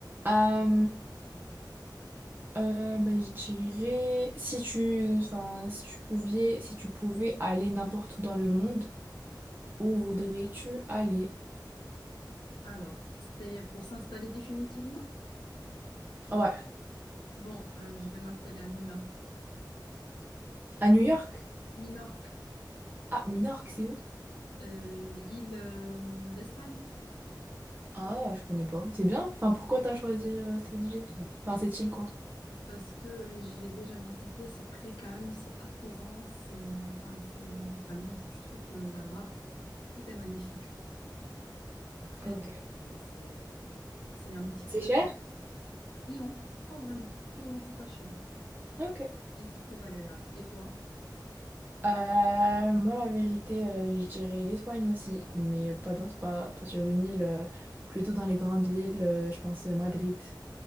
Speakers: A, on the right (about 25°); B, on the left (about 80°).
A: euh, euh, ben, je dirais si tu, enfin, si tu pouvais, si tu pouvais aller n'importe où dans le monde, où voudrais-tu aller?
B: Alors, c'est pour s'installer définitivement?
A: Ah ouais,
B: Bon, euh, je vais m'installer à Minorque.
A: à New York?
B: Minorque,
A: Ah, Minorque, c'est où?
B: euh, île euh, d'Espagne,
A: Ah, je connais pas. C'est bien. Enfin, pourquoi t'as choisi euh, cette ville? Enfin, cette île quoi.
B: parce que je l'ai déjà visité, c'est très calme, c'est apaisant, c'est euh, enfin, c'est vraiment, je trouve que là-bas, tout est magnifique. Après,
A: Ok.
B: voilà, c'est euh, c'est un petit
A: C'est
B: peu...
A: cher?
B: Non, pas vraiment. Non, non, c'est pas cher.
A: Ok.
B: Et c'est très agréable. Et toi?
A: Euh, moi, la vérité, euh, je dirais l'Espagne aussi, mais pas dans, pas, pas sur une île, euh, plutôt dans les grandes villes. euh, je pense euh, Madrid